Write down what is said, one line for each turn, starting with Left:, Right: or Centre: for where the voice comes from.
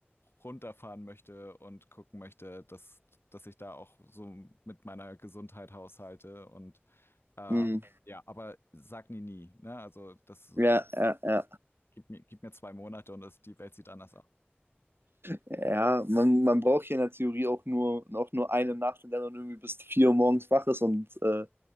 Left: runterfahren möchte und gucken möchte, dass, dass ich da auch so mit meiner Gesundheit haushalte. Und äh,
Right: Hm.
Left: ja, aber sag nie nie, ne? Also das
Right: Ja, ja, ja.
Left: gib mir, gib mir zwei Monate und das, die Welt sieht anders aus.
Right: Ja, man, man braucht hier in der Theorie auch nur, auch nur eine Nacht, in der man irgendwie bis 4 Uhr morgens wach ist und äh,